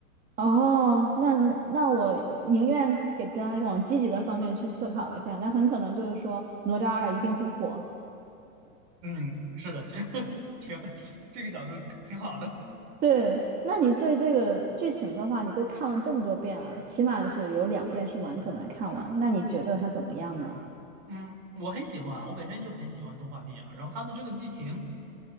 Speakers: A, on the right; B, on the right.
A: 哦，那那那我宁愿给大家往积极的方面去思考一下，那很可能就是说哪吒二一定会火。
B: 嗯，是的，其实 <laughs> 挺这个角度挺好的。
A: 对，那你对这个剧情的话，你都看了这么多遍了，起码是有两遍是完整的看完，那你觉得它怎么样呢？
B: 嗯，我很喜欢，我本身就很喜欢动画电影，然后它的这个剧情。